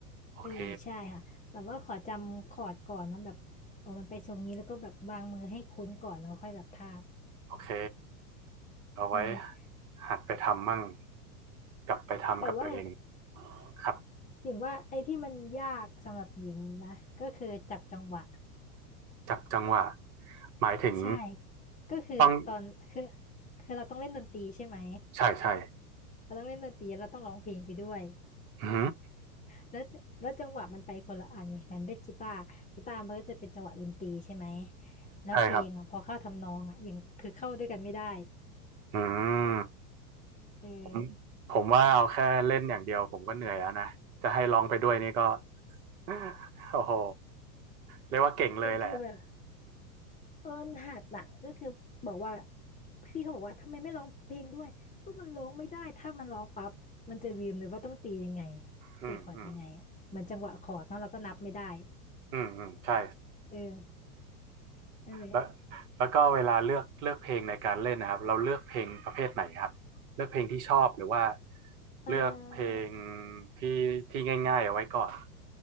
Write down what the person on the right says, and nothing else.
โอเค
โอเคเอาไว้
หัดไปทำมั่งกลับไปทำกับตัวเอง
ครับ
จับจังหวะหมายถึง
ต้อง
ใช่ใช่
อือหือ
ใช่ครับอืม
ผมผมว่าเอาแค่เล่นอย่างเดียวผมก็เหนื่อยแล้วนะจะให้ร้องไปด้วยนี่ก็ <laughs> โอ้โหเรียกว่าเก่งเลยแหละ
อืมอืม
อืมอืมใช่
แล้วแล้วก็เวลาเลือกเลือกเพลงในการเล่นนะครับเราเลือกเพลงประเภทไหนครับเลือกเพลงที่ชอบหรือว่า
เลือกเพลงที่ที่ง่ายๆเอาไว้ก่อน